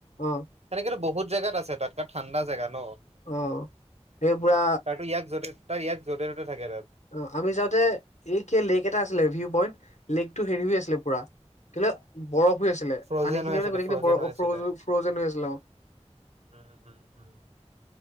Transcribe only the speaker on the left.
অঁ।
অ এই পুৰা
অঁ আমি যাওঁতে এই কে লেক এটা আছিলে। ভিউ পইণ্ট, লেকটো হেৰি হৈ আছিলে পুৰা। কিলে বৰফ হৈ আছিলে,
পানী খিনি
মানে গোটেইখিনি
বৰ
ফ্ৰ
ফ্ৰজেন হৈ আছিলে।